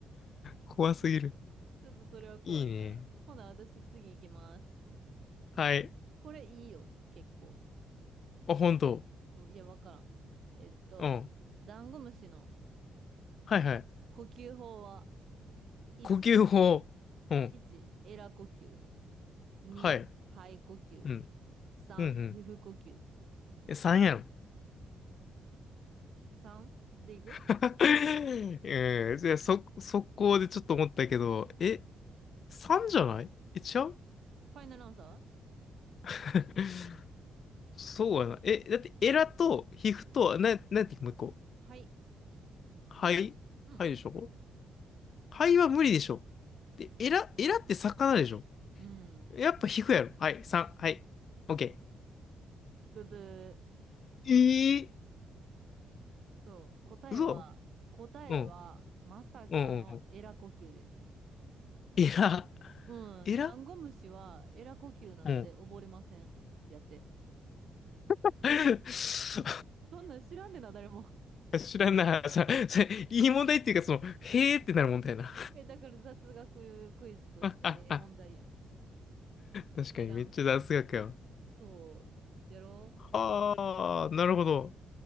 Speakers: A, on the left; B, on the right.
A: 怖すぎる。
B: ちょっとそれは怖いな。
A: いいね。
B: ほな、私次行きます。
A: はい。
B: これいいよ、結構。
A: あ、本当。
B: うんいや、わからん。えっと、
A: うん。
B: ダンゴムシの
A: はいはい。
B: 呼吸法は、1、
A: 呼吸法。うん。
B: 1、エラ呼吸。2、
A: はい。
B: 肺呼吸。
A: うん。
B: 3、
A: うんうん。
B: 皮膚呼吸。
A: え、3やろ。
B: 3でいく
A: <laughs> うん。じゃあ、そ、速攻でちょっと思ったけど、え、3じゃないえ、違う
B: ファイナルアンサー
A: <laughs> そうやな。え、だってエラと皮膚と、な、なんていうかもう一個。
B: はい。
A: 肺肺でしょ
B: うん。
A: 肺は無理でしょ。で、エラ、エラって魚でしょ
B: うん。
A: やっぱ皮膚やろ。はい、3、はい、オッケ
B: ブブー。
A: ー。ええー、
B: そう。答えは、
A: 嘘
B: 答えは、
A: うん、
B: まさかのエラ呼吸です。
A: うん、うん。うんエラ、
B: うん。
A: エラ
B: ダンゴムシはエラ呼吸なので溺れません。
A: うん。
B: やって。
A: <laughs> わかります。
B: そんなん知らんでな、誰も。
A: <laughs> 知らんな。さ、さ、いい問題っていうか、その、へーってなる問題やな。
B: え、だから雑学クイズとしてええ問題やん。
A: <laughs>
B: 知らんこと。
A: 確かにめっちゃ雑学やわ。
B: そう。やろう
A: ああ、なるほど。